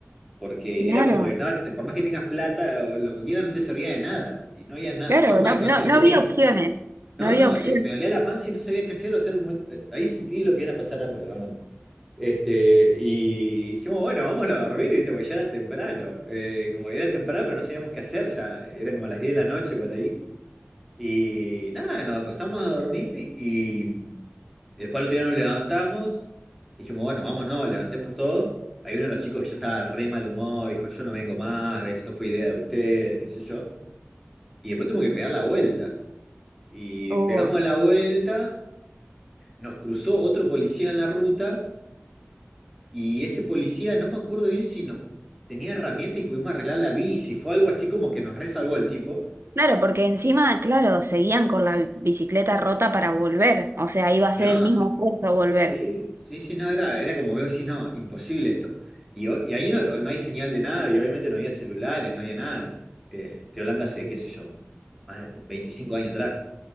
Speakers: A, in the centre; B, on the right.
A: Porque
B: Claro,
A: era como que, no, te- por más que tengas plata, lo que quieras no te servía de nada. Y no había nada,
B: claro,
A: forma
B: no,
A: de
B: no,
A: conseguir
B: no
A: comida.
B: había opciones.
A: No,
B: No había
A: no,
B: opciones.
A: eh, me olía la panza y no sabía qué hacer, o sea, en un momento, eh, ahí sentí lo que era pasar hambre, realmente. Este, y dijimos, bueno, vámonos a dormir, ¿viste? Porque ya era temprano, eh, como que era temprano, pero no sabíamos qué hacer, ya era como a las 10 de la noche por ahí. Y nada, nos acostamos a dormir y después al otro día nos levantamos, dijimos, bueno, vámonos, levantemos todo. Hay uno de los chicos que ya estaba re mal humor, dijo, yo no vengo más, esto fue idea de ustedes, qué sé yo. Y después tuvimos que pegar la vuelta. Y
B: Uy.
A: pegamos la vuelta, nos cruzó otro policía en la ruta y ese policía, no me acuerdo bien si nos tenía herramientas y pudimos arreglar la bici, fue algo así como que nos resalvó el tipo.
B: Claro, porque encima, claro, seguían con la bicicleta rota para volver. O sea, iba a
A: Claro,
B: ser el mismo esfuerzo volver.
A: sí, sí, sí, no, era, era como veo, sí, no, imposible esto. Y, o- y ahí no, no hay señal de nada y obviamente no había celulares, no había nada. Eh, estoy hablando hace, qué sé yo, más de 25 años atrás.